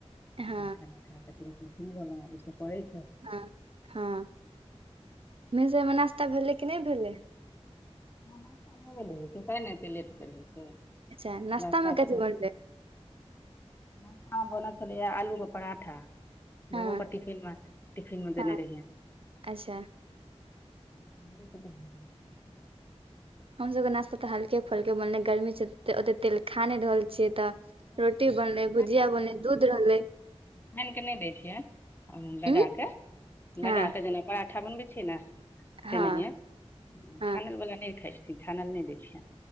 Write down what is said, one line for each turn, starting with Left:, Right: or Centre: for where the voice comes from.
Right: हँ
Left: अपन खाना खा कऽ। की भेल, ई सभ पढ़ै छै।
Right: हँ हँ, भिनसरमे नाश्ता भेलै कि नहि भेलै?
Left: नाश्ता नहि भेलै एऽ हऽ, तब ने एते लेट कर रहै छै।
Right: अच्छा नाश्ता
Left: रस्ता
Right: मे
Left: त
Right: कथी बनलै
Left: नास्ता बनै छलैए, आलूके पराठा
Right: हँ
Left: बौआके टिफिनमे, टिफिनमे
Right: हँ
Left: देने रहियै।
Right: अच्छा
Left: <inaudible> पराठा
Right: हमसभके नाश्ता तऽ हल्के फुल्के बनले, गर्मी छै, ओते तेल खा नहि रहल छियै तऽ।
Left: बापे
Right: रोटी
Left: से
Right: बनले, भुजिया बनले, दूध रहलै।
Left: आनि कऽ नहि दै छियै, लगाके
Right: उं हँ
Left: लगाकऽ जेना। पराठा बनबैत छियै ने, तेना
Right: हँ
Left: हिये
Right: हँ
Left: छानलवला नहि खाइ छी। से खाना नहि दै, देख छियै।